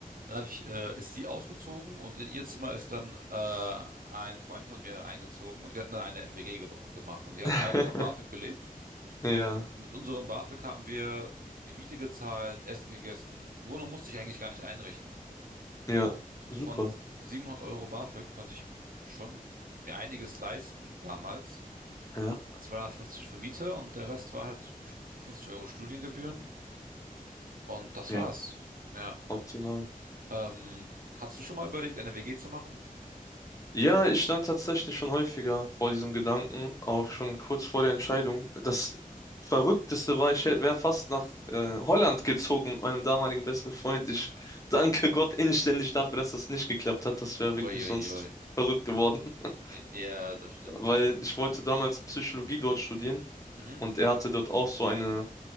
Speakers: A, on the right; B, on the left.
A: Dann hab ich, äh, ist sie ausgezogen und in ihr Zimmer ist dann äh, ein Freund von mir eingezogen und wir hatten dann eine WG ge gemacht und wir haben
B: <laughs>
A: beide von BAföG gelebt.
B: Ja,
A: Und mit unserem BAföG haben wir die Miete gezahlt, Essen gegessen. Wohnung musste ich eigentlich gar nicht einrichten.
B: ja.
A: Und
B: Super.
A: von 700 Euro BAföG konnte ich schon mir einiges leisten damals.
B: Ja,
A: 250 für Miete und der Rest war halt 50 Euro Studiengebühren. Und das
B: ja.
A: war's. Ja.
B: Optimal.
A: Ähm, hast du schon mal überlegt, eine WG zu machen?
B: Ja, ich stand tatsächlich schon häufiger vor diesem Gedanken, auch schon kurz vor der Entscheidung. Das Verrückteste war, ich wäre fast nach äh, Holland gezogen mit meinem damaligen besten Freund. Ich danke Gott inständig dafür, dass das nicht geklappt hat. Das wäre wirklich
A: Uiuiui.
B: sonst verrückt geworden, <laughs>
A: Ja, das stimmt,
B: weil
A: das stimmt.
B: ich wollte damals Psychologie dort studieren
A: Mhm.
B: und er hatte dort auch so eine